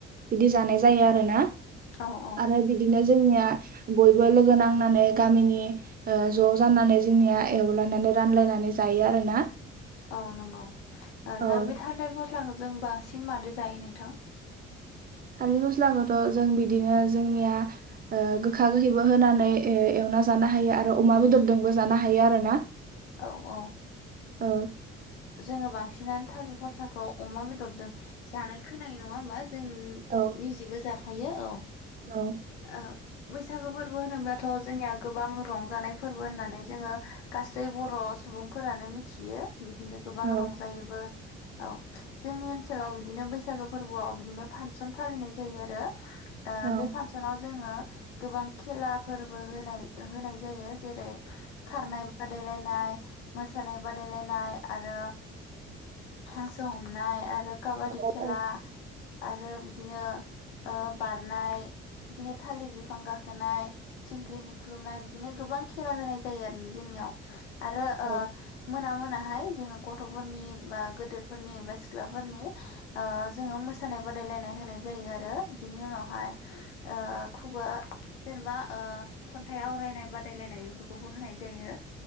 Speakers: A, on the right; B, on the left.
A: बिदि जानाय जायो आरोना
B: औ औ
A: आरो बिदिनो जोंनिया बयबो लोगो नांनानै गामिनि ज जानानै जोंनिया एवलायनानै रानलायनानै जायो आ आरोना
B: औ नंगौ
A: औ
B: दा बे थारद फस्लाखौ जों बांसिन मादो जायो नों थां?
A: सार मस्लाखौथ जों बिदिनो जोंनिया गोखा गोखैबो होनानै ए ज हायो आरो अमा बेदरजोंबो जानो हायो आरो ना।
B: औ औ
A: ओ
B: जोंङो बांसिन थिनानै थालिर फस्लाखौ अमा बेदरजों जानाय खोनायो नङा होमब्ला जों
A: औ
B: निजेबो जाखायो औ
A: औ
B: ओ बैसागो फोरबो होनोब्लाथ' जोंनिया गोबां रंजानाय फोरबो होननानै जोंङो गा बर' सुबुंफोरानो मिथियो बिदिनो गोबां
A: औ
B: रंजायोबो। औ जोंनि ओनसोलाव बिदिनो बैसागो फोरबोआव बिदिनो फानसन फालिनाय जायो आरो। ओ
A: औ
B: बे फानसनाव। जोंङो गोबां खेलाफोरबो होनाय होनाय जायो जेरै खारनाय। बादायलायनाय मोसानाय बादायलायनाय आरो। हांसो हमनाय आरो काबादि
A: औ
B: खेला
A: औ
B: आरो दिनो बारनाय बिदिनो थालिर बिफां गाखोनाय। थिंख्लि बुख्रुबनाय बिदिनो गोबां खेला होनाय जायो आरो जोंनियाव। आरो ओ
A: औ
B: मोना मोनाहाय। जोंङो गथ'फोरनि बा गोदोरफोरनि बा सिख्लाफोरनि जोङोऔ मोसानाय बादायलायनाय होनाय जायो आरो बिनि उनावहाय। ओ खुगा जेनेबा ओ खन्थाइ आवरायनाय बादायलायनाय बेफोरखौबो होनाय जायो।